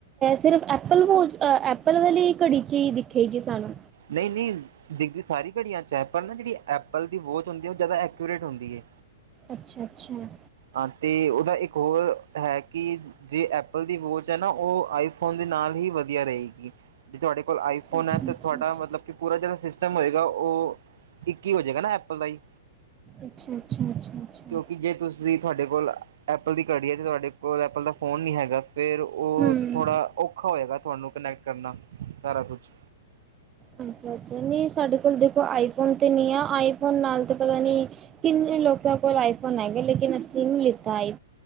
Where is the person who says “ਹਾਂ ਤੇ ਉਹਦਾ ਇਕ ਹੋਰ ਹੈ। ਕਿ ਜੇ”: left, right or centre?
Right